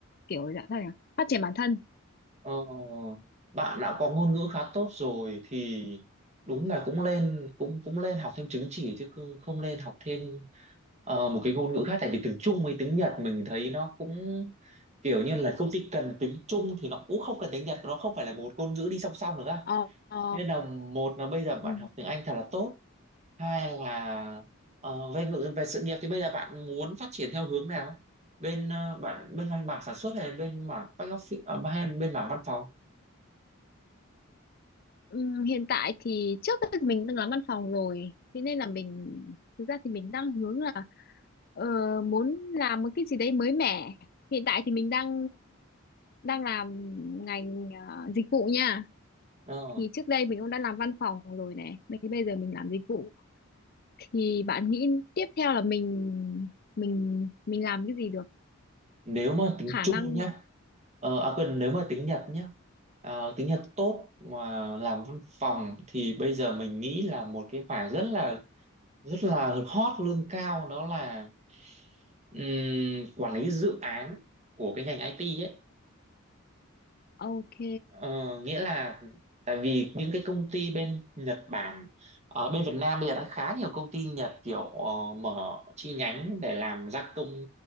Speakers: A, on the left (about 45°); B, on the right (about 30°).
A: kiểu dạng sao nhỉ phát triển bản thân
B: Ờ, bạn đã có ngôn ngữ khá tốt rồi thì đúng là cũng lên cũng cũng lên học thêm chứng chỉ chứ không, không lên học thêm ờ, một cái ngôn ngữ khác tại vì tiếng Trung với tiếng Nhật mình thấy nó cũng kiểu như là công ty cần tiếng Trung thì nó cũng không cần tiếng Nhật nó không phải là một ngôn ngữ đi song song được á
A: ờ ờ
B: nên là một là bây giờ bạn
A: ừ.
B: học tiếng Anh thật là tốt hai là ờ, về ngữ về sự nghiệp thì bây giờ bạn muốn phát triển theo hướng nào bên ờ, bạn bên mảng sản xuất hay bên mảng back office ờ, hay bên mảng văn phòng
A: Ừm, hiện tại thì trước đây thì mình đang làm văn phòng rồi thế nên là mình thực ra thì mình đang hướng là ờ, muốn làm một cái gì đấy mới mẻ hiện tại thì mình đang đang làm ngành ờ, dịch vụ nha
B: Ờ,
A: thì trước đây mình cũng đã làm văn phòng rồi này bây bây giờ mình làm dịch vụ thì bạn nghĩ tiếp theo là mình mình mình làm cái gì được
B: nếu mà tính
A: khả
B: chung
A: năng
B: nhá ờ, à quên nếu mà tính Nhật nhá ờ, tính Nhật tốt mà làm văn phòng thì bây giờ mình nghĩ là một cái mảng rất là rất là hot lương cao đó là ừm, quản lý dự án của cái ngành IT ấy
A: ok
B: Ờ, nghĩa là tại vì những cái công ty bên Nhật Bản ở bên Việt Nam bây giờ đã khá nhiều công ty Nhật kiểu ờ, mở chi nhánh để làm gia công